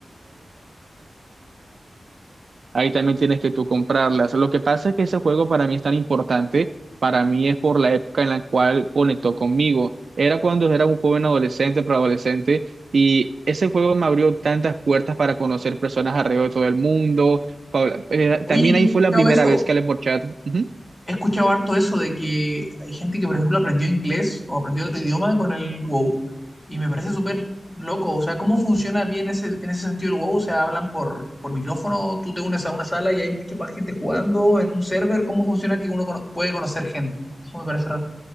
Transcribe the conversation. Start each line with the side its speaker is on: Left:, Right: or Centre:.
Right: Ahí también tienes que tú comprarlas. Lo que pasa es que ese juego para mí es tan importante, para mí es por la época en la cual conectó conmigo. Era cuando era un joven adolescente, preadolescente, y ese juego me abrió tantas puertas para conocer personas alrededor de todo el mundo. Paula, eh,
Left: Oye,
Right: también
Left: yo
Right: ahí
Left: he escuchado
Right: fue la primera
Left: eso,
Right: vez que hablé por chat. Ujú.
Left: he escuchado harto eso de que hay gente que, por ejemplo, aprendió inglés o aprendió otro idioma con el WoW. Y me parece súper loco. O sea, ¿cómo funciona bien ese, en ese sentido el WoW? O sea, hablan por, por micrófono, tú te unes a una sala y hay mucha más gente jugando en un server. ¿Cómo funciona que uno cono- puede conocer gente? Eso me parece